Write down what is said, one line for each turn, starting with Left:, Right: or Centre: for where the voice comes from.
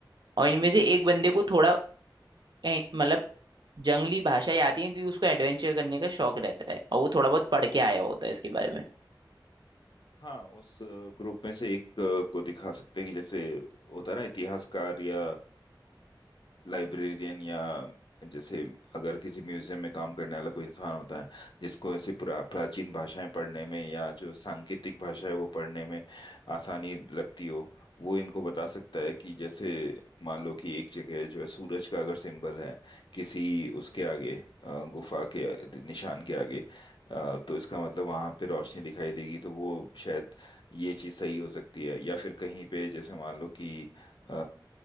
Left: हाँ
Right: और इनमें
Left: ये
Right: से एक बंदे को थोड़ा ए- मतलब जंगली भाषाएं आती हैं क्योंकि उसको एडवेंचर करने का शौक रहता है और वो थोड़ा बहुत पढ़ के आया होता है इसके बारे में
Left: हाँ उस ग्रुप में से एक अ, को दिखा सकते हैं कि जैसे होता है ना इतिहासकार या लाइब्रेरियन या जैसे अगर किसी म्यूजियम में काम करने वाला कोई इंसान होता है जिसको ऐसी पुरा प्राचीन भाषाएं पढ़ने में या जो सांकेतिक भाषा है वो पढ़ने में आसानी लगती हो वो इनको बता सकता है कि जैसे मान लो कि एक जगह जो है सूरज का अगर सिंबल है किसी उसके आगे अ, गुफा के निशान के आगे अ, तो इसका मतलब वहां पे रोशनी दिखाई देगी तो वो शायद ये चीज सही हो सकती है या फिर कहीं पे जैसे मान लो कि अ,